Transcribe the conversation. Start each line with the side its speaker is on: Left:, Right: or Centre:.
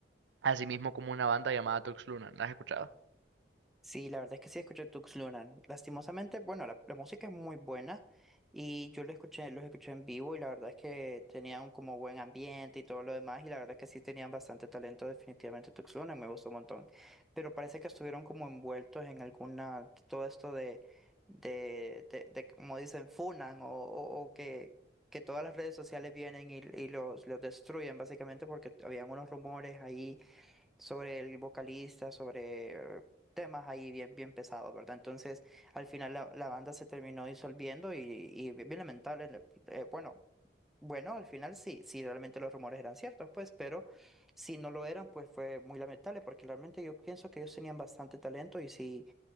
Right: así mismo como una banda llamada Tux Luna. ¿La has escuchado?
Centre: Sí, la verdad es que sí escuché Tux Lunan. Lastimosamente, bueno, la, la música es muy buena y yo lo escuché, los escuché en vivo y la verdad es que tenían como buen ambiente y todo lo demás y la verdad es que sí tenían bastante talento definitivamente Tux Lunan, me gustó un montón. Pero parece que estuvieron como envueltos en alguna, todo esto de, de, de, de como dicen, funan o, o, o que, que todas las redes sociales vienen y, y los, los destruyen básicamente porque habían unos rumores ahí sobre el vocalista, sobre eh, temas ahí bien, bien pesados, ¿verdad? Entonces, al final la, la banda se terminó disolviendo y, y bien bien lamentable, le- eh, bueno, bueno, al final sí, sí, realmente los rumores eran ciertos, pues, pero si no lo eran, pues fue muy lamentable, porque realmente yo pienso que ellos tenían bastante talento y sí,